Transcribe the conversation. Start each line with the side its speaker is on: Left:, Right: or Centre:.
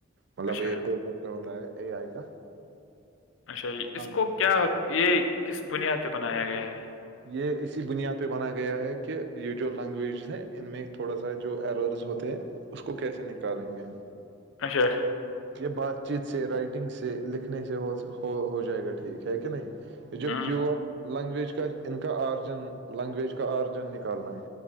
Right: مطلب
Left: اچھا
Right: ا پ جس ہوتا ہے اے آئی کا-
Left: اچھا ج، اس
Right: ہاں
Left: کو کیا یہ کس بنیاد پہ بنایا گیا ہے-
Right: یہ اسی بنیاد پہ بنا گیا ہے کہ یہ جو لینگویجز ہیں ان میں تھوڑا سا جو الرز ہوتے ہیں- اس کو کیسے نکالیں گے ہم?
Left: اچھا-
Right: یہ بات چیت سے رائٹنگ سے لکھنے سے ہو جائے گا ٹھیک ہے کہ نہیں- یہ جوا
Left: ہاں
Right: پیور لینگویج کات- ان کا آرجن لینگویج کا آرجن نکالنا ہے